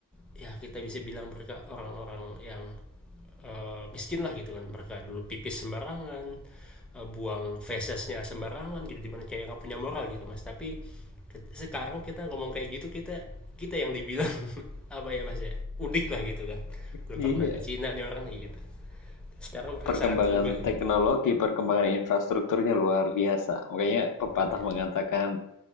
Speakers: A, in the centre; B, on the left.
A: ya kita bisa bilang mereka orang-orang yang eh, miskin lah gitu kan mereka dulu pipis sembarangan eh, buang fesesnya sembarangan jadi dimana kayak nggak punya moral gitu mas tapi ke- sekarang kita ngomong kayak gitu kita kita yang dibilang <laughs> apa ya mas ya udik lah gitu kan belum
B: Iya,
A: pernah ke Cina nih orang gitu sekarang mereka
B: perkembangan
A: sangat berubah gitu
B: teknologi, perkembangan infrastrukturnya luar biasa. Makanya pepatah
A: Iya.
B: mengatakan